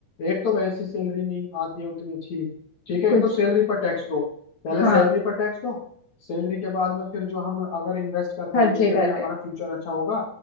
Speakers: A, on the left; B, on the left.
A: एक तो वैसी सैलरी नहीं आती है उतनी अच्छी ठीक
B: <laughs>
A: है
B: कुछ
A: एक तो सैलरी
B: नहीं
A: पर टैक्स दो पहले
B: हाँ
A: सैलरी पर टैक्स दो सैलरी के बाद में फिर जो हम अगर इन्वेस्ट कर
B: खर्चे
A: दे रहे हैं कि
B: कर
A: भाई
B: रहे
A: हमारा
B: हैं
A: फ्यूचर अच्छा होगा